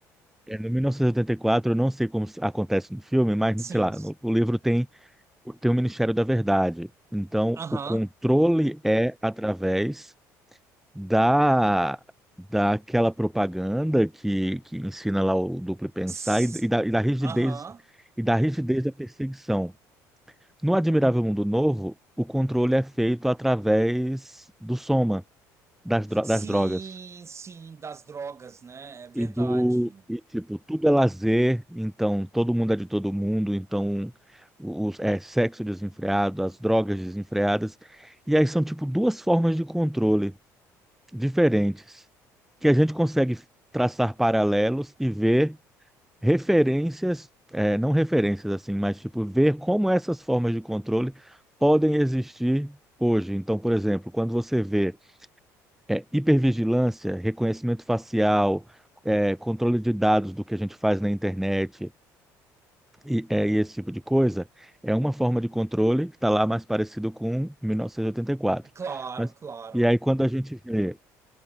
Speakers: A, in the centre; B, on the right.
A: é no 1984, eu não sei como s- acontece no filme, mas
B: Sim.
A: sei lá, no- o livro tem, tem o Ministério da Verdade. Então,
B: Aham.
A: o controle é através da, daquela propaganda que, que ensina lá o duplo pensar
B: S-
A: e, e da, e da rigidez,
B: Aham.
A: e da rigidez da perseguição. No Admirável Mundo Novo, o controle é feito através do soma. das,
B: Sim,
A: dro- das drogas.
B: sim, das drogas, né? É verdade.
A: E do, e, tipo, tudo é lazer, então todo mundo é de todo mundo, então os, é sexo desenfreado, as drogas desenfreadas. E aí são, tipo, duas formas de controle diferentes que a gente consegue traçar paralelos e ver referências, é, não referências assim, mas, tipo, ver como essas formas de controle podem existir hoje. Então, por exemplo, quando você vê é, hipervigilância, reconhecimento facial, é, controle de dados do que a gente faz na internet e, é, e esse tipo de coisa, é uma forma de controle que está lá mais parecido com 1984.
B: Claro,
A: Mas,
B: claro.
A: e aí, quando a gente vê